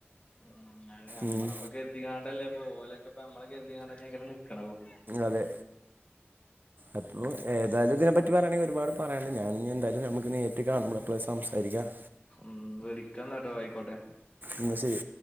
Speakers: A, on the left (about 30°); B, on the right (about 45°).
A: ഉം അതെ നമ്മളപ്പോ
B: ഉം
A: കരുതികാണ്ടല്ലേ പോലൊക്കെപ്പ നമ്മളെ കരുതികാണ്ട ഇങ്ങനെ നിക്കണതും
B: അതെ അപ്പോ ഏതായാലുംതിന പറ്റി പറയാണെങ്കി ഒരുപാട് പറയണ്ട് ഞാനിനി എന്തായാലും നമുക്ക് നേരിറ്റ് കാണുമ്പോ നമ്മൾപ്പോ സംസാരിക്കാം
A: ഉം വിളിക്കാന്നാട്ടോ ആയിക്കോട്ടെ
B: എന്നാ ശരി